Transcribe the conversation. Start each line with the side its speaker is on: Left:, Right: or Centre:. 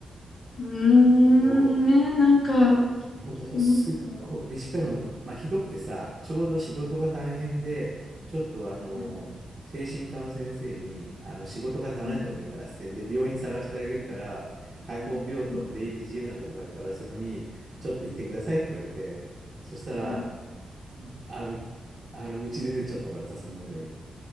Left: うーん、
Right: そ
Left: ね、なんか、聞
Right: う、ものすっごい、
Left: きました。
Right: で、しかも、まあ、ひどくてさ、ちょうど仕事が大変で、ちょっとあの、
Left: はい。
Right: 精神科の先生に、あの、仕事が離れた方がいいからっつって、
Left: うん。
Right: で、病院探してあげるから、開放病棟の出入り自由なとこがあるから、
Left: うん、うん、
Right: そこにちょっといてくださいって言われて、そしたら、
Left: はい。
Right: あの、あの、うち出てっちゃったからさ、その間に。